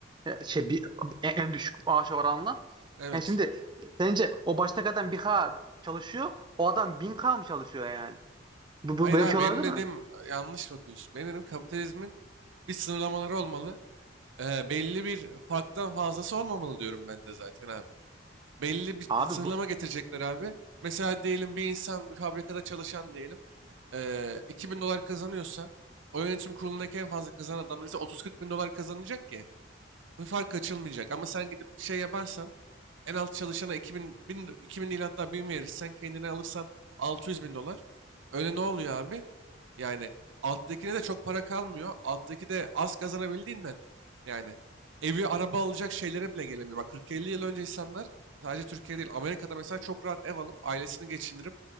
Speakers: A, on the right (about 25°); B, on the right (about 70°).
A: E, şey bir, e, en düşük maaş oranla.
B: evet.
A: Yani şimdi sence o baştaki adam bir K çalışıyor o adam bin K mı çalışıyor yani? Bu, bu
B: Hayır
A: böyle
B: abi
A: bir şey
B: benim
A: olabilir
B: dediğim
A: mi?
B: yanlış bakıyorsun. Benim dediğim kapitalizmin bir sınırlamaları olmalı. Ee, belli bir farktan fazlası olmamalı diyorum ben de zaten abi. Belli bir
A: Abi
B: sınırlama
A: bu
B: getirecekler abi. Mesela diyelim bir insan bir fabrikada çalışan diyelim. eee 2000 dolar kazanıyorsa o yönetim kurulundaki en fazla kazanan adamlar ise 30-40 bin dolar kazanacak ki bu fark açılmayacak. Ama sen gidip şey yaparsan en alt çalışana 2000, 1000, 2000 değil hatta 1000 verirsen kendine alırsan 600 bin dolar. Öyle ne oluyor abi? Yani alttakine de çok para kalmıyor. Alttaki de az kazanabildiğinden. Yani evi araba alacak şeylere bile gelemiyor. Bak 40-50 yıl önce insanlar sadece Türkiye değil Amerika'da mesela çok rahat ev alıp ailesini geçindirip